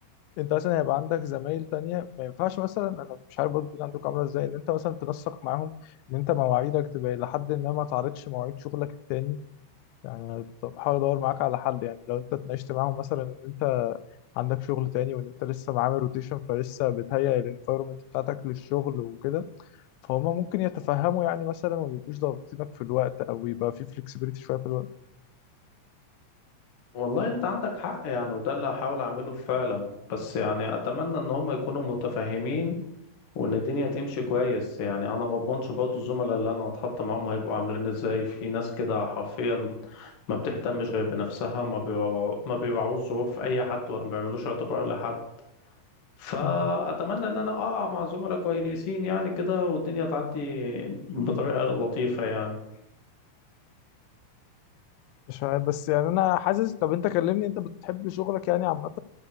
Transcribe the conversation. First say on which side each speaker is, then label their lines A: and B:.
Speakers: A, on the left; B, on the left.
A: انت مثلا هيبقى عندك زمايل تانية ما ينفعش مثلا انا مش عارف برضه الدنيا عندكم عامله ازاي ان انت مثلا تنسق معاهم ان انت مواعيدك تبقى الى حد ما ما تعرضش مواعيد شغلك التاني يعني انا بحاول ادور معاك على حل يعني لو انت اتناقشت معاهم مثلا ان انت عندك شغل تاني وان انت لسه معامل روتيشن فلسه بتهيئ الانفايرمنت بتاعتك للشغل وكده فهم ممكن يتفهموا يعني مثلا وما يبقوش ضاغطينك في الوقت او يبقى في فلكسبيتي شويه في الوقت
B: والله انت عندك حق يعني وده اللي هحاول اعمله فعلا بس يعني اتمنى ان هم يكونوا متفاهمين وان الدنيا تمشي كويس يعني انا ما اضمنش برضه الزملاء اللي انا هتحط معاهم هيبقوا عاملين ازاي في ناس كده حرفيا ما بتهتمش غير بنفسها ما بيراعوا ما بيراعوش ظروف اي حد ولا ما بيعملوش اعتبار لحد فاتمنى
A: مم.
B: ان انا اقع مع زملاء كويسين يعني كده والدنيا تعدي بطريقة لطيفة يعني
A: مش عارف بس يعني انا حاسس طب انت كلمني انت بتحب شغلك يعني عامه